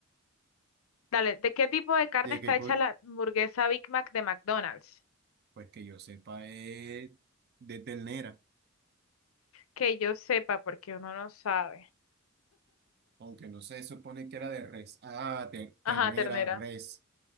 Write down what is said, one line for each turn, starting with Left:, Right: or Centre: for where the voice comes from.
Left: Dale, ¿de qué tipo de carne
Right: De
Left: está
Right: que, pues,
Left: hecha la hamburguesa Big Mac de McDonald's?
Right: pues que yo sepa, es de ternera,
Left: Que yo sepa, porque uno no sabe.
Right: aunque no se supone que era de res. Ah, de
Left: Ajá,
Right: ternera,
Left: ternera.
Right: res.